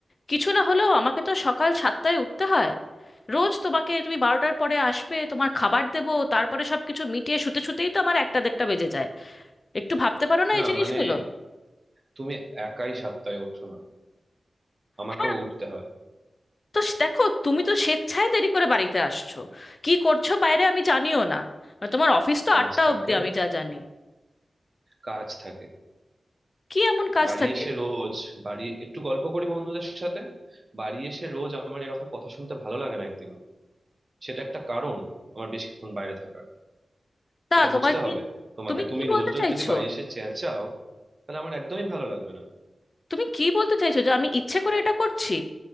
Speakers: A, on the left; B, on the right.
A: কিছু না হলেও আমাকে তো সকাল সাতটায় উঠতে হয় রোজ তোমাকে তুমি বারোটার পরে আসবে তোমার খাবার দেবো তারপরে সবকিছু মিটিয়ে শুতে শুতেই তো আমার একটা দেড়টা বেজে যায় একটু ভাবতে পারো না
B: না
A: এই জিনিসগুলো
B: মানে তুমি একাই সাতটায় ওঠো না আমাকেও
A: হ্যাঁ,
B: উঠতে হয়
A: তো স- দেখো তুমি তো স্বেচ্ছায় দেরি করে বাড়িতে আসছো কি করছো বাইরে আমি জানিও না মানে তোমার অফিস তো
B: কাজ
A: আটটা
B: থাকে
A: অবধি আমি যা জানি
B: কাজ থাকে
A: কি এমন কাজ
B: বাড়ি
A: থাকে
B: এসে রোজ বাড়ি একটু গল্প করি বন্ধুদের সাথে বাড়ি এসে রোজ আমার এরকম কথা শুনতে ভালো লাগে না একদিনও সেটা একটা কারণ আমার বেশিক্ষণ বাইরে থাকার
A: তা
B: এটা
A: তোমার
B: বুঝতে
A: কি
B: হবে তোমাকে
A: তুমি
B: তুমি
A: কি বলতে
B: রোজ রোজ
A: চাইছো
B: যদি বাড়ি এসে চেঁচাও তাহলে আমার একদমই ভালো লাগবে না
A: তুমি কি বলতে চাইছো যে আমি ইচ্ছে করে এটা করছি